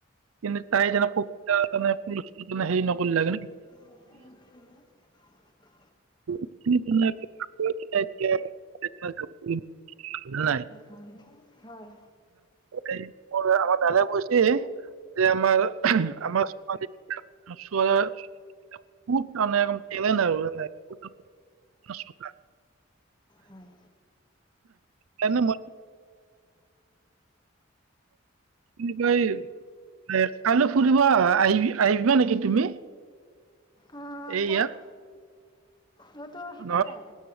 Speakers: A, on the right; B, on the left.
A: কিন্তু তাই যান পু পৰুষ ত মানে নকৰিলে গে,
B: <unintelligible>
A: <unintelligible>
B: হয় হয়
A: এই ম আমাৰ দাদাই কৈছে যে আমাৰ আমাৰ ছোৱালী বহুত টেলেন্ট আৰু, ন চোকা
B: হয়
A: তেনে ম কি ক এ কাইলৈ ফুৰিবা আহিবি আহিবা নেকি তুমি
B: অ
A: এই
B: কত
A: ইয়াত
B: ইহঁতৰ সেইফালে
A: নহয়